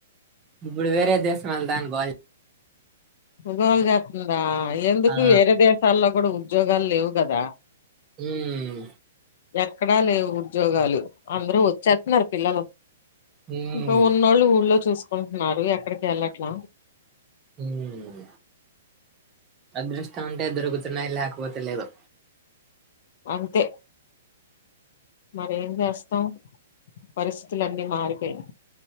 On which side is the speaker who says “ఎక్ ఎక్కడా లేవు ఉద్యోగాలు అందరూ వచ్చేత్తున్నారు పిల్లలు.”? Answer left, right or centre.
Left